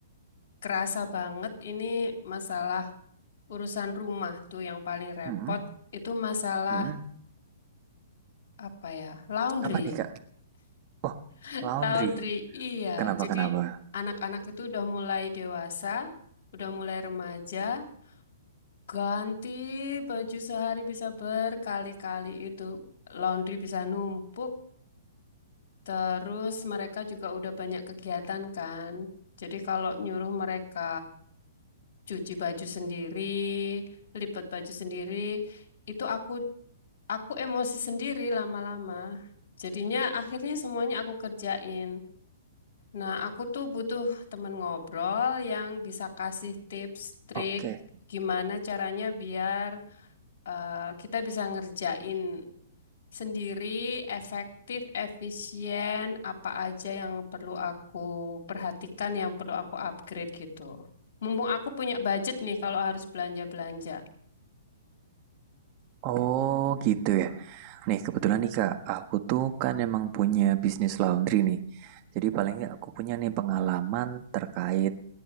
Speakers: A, on the left; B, on the right.
A: kerasa banget ini masalah urusan rumah tuh yang paling repot.
B: hmm,
A: Itu masalah
B: hmm.
A: apa ya? Laundry.
B: Apa nih Kak? Oh,
A: <laughs>
B: laundry.
A: Laundry, iya.
B: Kenapa
A: Jadi
B: kenapa?
A: anak-anak itu udah mulai dewasa, udah mulai remaja. Ganti baju sehari bisa berkali-kali itu. Laundry bisa numpuk, terus mereka juga udah banyak kegiatan kan. Jadi kalau nyuruh mereka cuci baju sendiri, lipat baju sendiri, itu aku aku emosi sendiri lama-lama. Jadinya akhirnya semuanya aku kerjain. Nah, aku tuh butuh temen ngobrol yang bisa kasih tips, trik
B: Oke.
A: gimana caranya biar eh, kita bisa ngerjain sendiri, efektif, efisien, apa aja yang perlu aku perhatikan, yang perlu aku upgrade gitu. Mumpung aku punya budget nih kalau harus belanja-belanja.
B: Oh, gitu ya. Nih, kebetulan nih Kak, aku tuh kan emang punya bisnis laundry nih. Jadi paling nggak aku punya nih pengalaman terkait